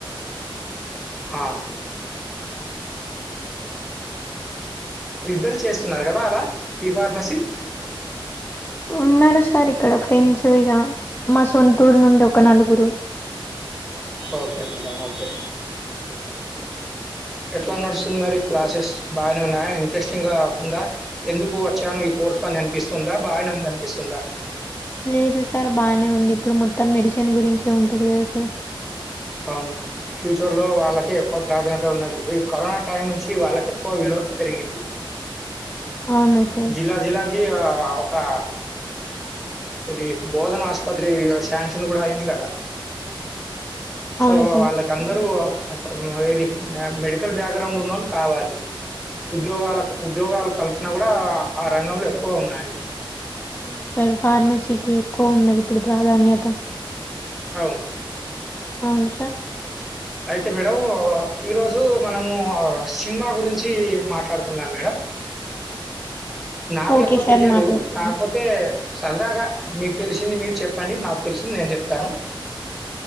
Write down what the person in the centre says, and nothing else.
హా ఇద్దరు చేస్తున్నారు కదా అలా? బి ఫార్మసీ
ఓకే మేడం ఓకే ఎట్లా నడుస్తుంది మరి క్లాసెస్? బాగానే ఉన్నాయా? ఇంట్రెస్టింగ్ గా ఉందా? ఎందుకు వచ్చాను ఈ కో <unintelligible> అనిపిస్తుందా బాగానే ఉంది అనిపిస్తుందా?
అవున్ ఫ్యూచర్ లో వాళ్ళకి ఎక్కువ ప్రాధాన్యత ఉన్నది. ఈ కరోనా టైం నుంచి వాళ్ళకి ఎక్కువ విలువ పెరిగింది
జిల్లా జిల్లాకి ఆ ఒకా ఇది బోధన ఆస్పత్రి శాంక్షన్ కూడా అయింది కదా? సో
వాళ్ళక అందరు
ఒక ఏది మెడికల్ బ్యాక్గ్రౌండ్ ఉన్నోళ్ళు కావాలి ఉద్యోగాల ఉద్యోగాల కల్పన కూడా, ఆ రంగంలో ఎక్కువ ఉన్నాయి.
అవును
అయితే మేడం ఈరోజు మనము సినిమా గురించి మాట్లాడుకుందాం మేడం నాకు
ఎక్కువ
తెలియదు
కాకపోతే సరదాగా మీకు తెలిసింది మీరు చెప్పండి నాకు తెలిసింది నేను చెప్తాను